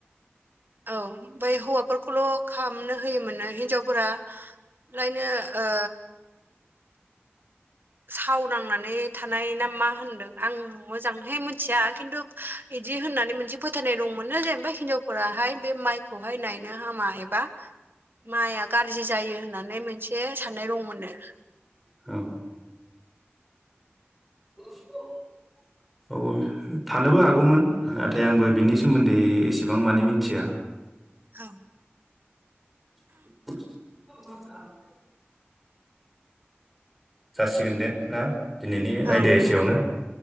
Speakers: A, on the right (about 55°); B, in the centre.
A: औ ओमफ्राय हौवाफोरखौल' खालामामनो होयोमोननो हिनजावफोरा लायनो ओ सावनांनानै थानाय ना मा होनदों आं मोजांहाय मिथिया खिन्थु बिदि होननानै मोनसे फोथायनाय दंमोननो जेनबा हिनजावफोराहाय बे माइखौहाय नायनो हामा एबा माइआ गाज्रि जायो होननानै मोनसे साननाय दं मोननो।
B: औ <unintelligible> <inaudible> औ थानोबो हागौमोन नाथाय आंबो बिनि सोमोन्दै एसेबां माने मिथिया।
A: औ
B: <unintelligible> <inaudible> जासिगोन दे ना दिनैनि
A: औ
B: आयदा एसेयावनो